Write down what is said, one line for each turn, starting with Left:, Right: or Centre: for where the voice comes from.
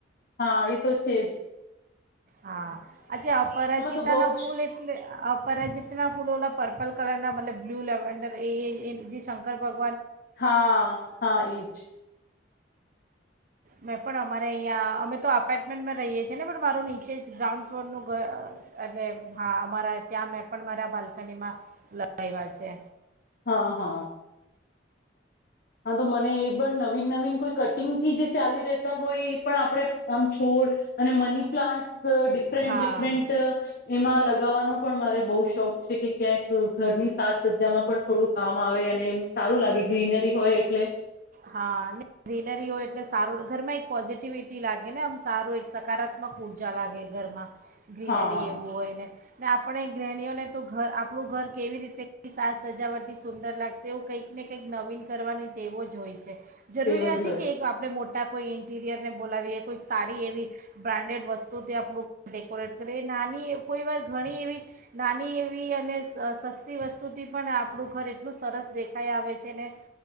Left: હા, એતો છેજ
Right: હા, અ્છા અપરાજીિતા
Left: તો બહુ
Right: ના
Left: જ
Right: ફૂલ એટલે પર જતના ફૂલ ઓલા પર્પલ કલર ના મતલબ બ્લુ લેવન્ડર એ શંકર ભગ
Left: હા, હા, એજ.
Right: મેં પણ અમારે અહિયાં, અમે તો અપાર્ટમેન્ટમાં રહીએ છીએ ને પણ મારું નીચે જેે જ ગ્રાઉન્ડ ફ્લોરનું ઘર એટલે, હા અમારા ત્યાં મેં પણ મારા બાલ્કનીમાં લગાવ્યા છે.
Left: હા, હા. હા, તો મને એ પણ નવીન નવીન કોઈ કટિંગથી જે ચાલી રહેતા હોય, એ પણ આપણે આમ છોડ અને મની પ્લાન્ટ ડિફરનેટ
Right: હા
Left: ડિફેરેન્ટ અહ એમા લગવાનો પણ મારે બો શોખ છે, કે ક્યાંક ઘરની સાત સજામાં પણ થોડું કામ આવે અને એ સારું લાગે ગ્રીનરી હોય એટલે.
Right: હા, ગ્રીનરી હોય એટલે સારું ઘરમાં એક પોઝિટિવિટી લાગે ને આમ સારું એક સકારાત્મક ઉર્જા લાગે. ઘરમાં ગ્રીનરી
Left: હા
Right: એવું હોય ને ને આપડે ગ્રેહણીઓને તો ઘર આપણું ઘર કેવી રીતે સાજ સજાવટટી સુંદર લાગશે, એવું કંઈક ને કંઈક નવીન કરવાની તેટેવો જ જોઈ છે. જરૂરી
Left: તેવ
Right: નથી
Left: જ હોય
Right: કે એક આપડે મોટ કોઈ ઇન્ટિરિયરને બોલાવીએ કોઈક સારી એવી બ્રાન્ડેડ વસ્તુથી આપણું ડેકોરેટ કરીએ નાની કોઈ વાર ઘણી એવી નાની એવી અને સસ્તી વસ્તુથી તે પણ આપણું ઘર એટલું સરસ દેખાઈ આવે છે ને.